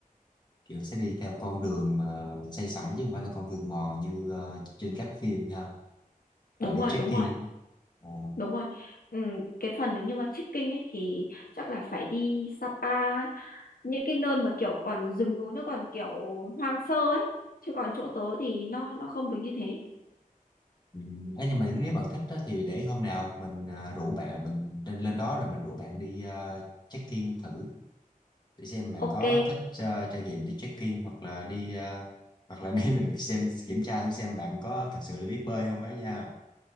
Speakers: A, on the left (about 30°); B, on the left (about 75°).
A: kiểu sẽ đi theo con đường mà xây sẵn chứ không phải là con đường mòn như ờ, trên các phim ha Ờ,
B: đúng
A: đi
B: rồi
A: trekking
B: đúng rồi
A: Ồ.
B: Đúng rồi. Ừ, cái phần nếu như mà trekking ấy thì chắc là phải đi Sapa những cái nơi mà kiểu còn rừng núi nó còn kiểu hoang sơ ấy chứ còn chỗ tớ thì nó nó không được như thế.
A: Ừ, ấy nhưng mà nếu bạn thích á, thì để hôm nào mình à, rủ bạn mình lên lên đó rồi mình rủ bạn đi à, check-in thử để xem bạn
B: Ok.
A: có thích à, trải nghiệm đi check-in hoặc là đi à, hoặc là để <laughs> mình xem kiểm tra thử xem bạn có thật sự là biết bơi không ấy nha.